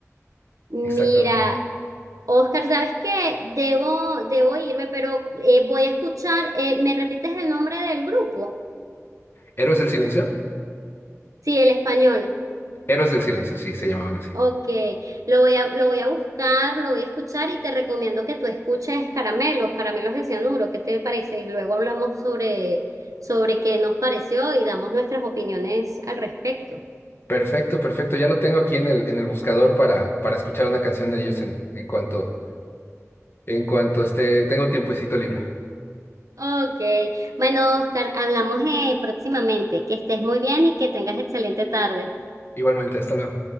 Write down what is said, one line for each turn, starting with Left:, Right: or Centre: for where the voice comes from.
Right: Mira,
Left: Exactamente.
Right: Oscar, ¿sabes qué? Debo, debo irme, pero eh, voy a escuchar, eh, ¿me repites el nombre del grupo?
Left: ¿Héroes del Silencio?
Right: Sí, el español.
Left: Héroes del Silencio, sí, se llamaban así.
Right: Ok, lo voy a, lo voy a buscar, lo voy a escuchar y te recomiendo que tú escuches Caramelos, Caramelos de Cianuro, ¿qué te parece? Y luego hablamos sobre, sobre qué nos pareció y damos nuestras opiniones al respecto.
Left: Perfecto, perfecto. Ya lo tengo aquí en el, en el buscador para, para escuchar una canción de ellos en, en cuanto, En cuanto esté, tenga un tiempecito libre.
Right: Ok, bueno, Oscar, hablamos eh, próximamente. Que estés muy bien y que tengas excelente tarde.
Left: Igualmente, hasta luego.